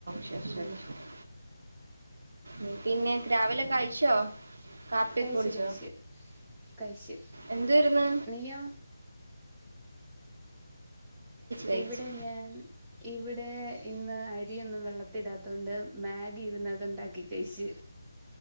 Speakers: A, on the right; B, in the centre.
A: ശരി
B: ആഹ്
A: ശരി ശരി ഉം പിന്നെ രാവിലെ കഴിച്ചോ
B: ആഹ്
A: കാപ്പി
B: കഴിച്ച്
A: കുടിച്ചോ
B: കഴിച്ച് കഴിച്ച്
A: എന്ത് വരുന്ന്
B: നീയോ
A: കഴിച്ചു
B: ഇവിടെ ഞാൻ ഇവി ഇവിടെ ഇന്ന് അരിയൊന്നും വെള്ളത്തിടാത്ത തുകൊണ്ട് മാഗി ഇരുന്നതു ഇണ്ടാക്കി കഴിച്ച്